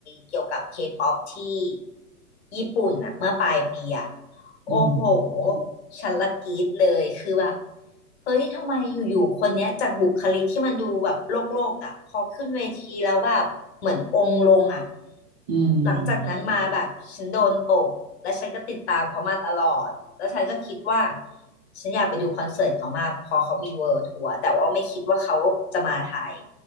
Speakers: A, on the left; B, on the right.
A: เกี่ยวกับเคป๊อปที่ญี่ปุ่นอ่ะเมื่อปลายปีอ่ะ
B: อืม
A: โอ้โห ฉันละกรี๊ดเลย คือแบบเฮ้ย ทำไมอยู่ๆคนเนี้ยจากบุคลิกที่มันดูแบบโลกโลกอ่ะพอขึ้นเวทีแล้วแบบเหมือนองค์ลงอ่ะ
B: อืม
A: หลังจากอืนั้นมมาแบบฉันโดนตกและฉันก็ติดตามเขามาตลอดแล้วฉันก็คิดว่าฉันอยากไปดูคอนเสิร์ตเขามากพอเขามีเวิลด์ทัวร์แต่ว่าไม่คิดว่าเขาจะมาไทย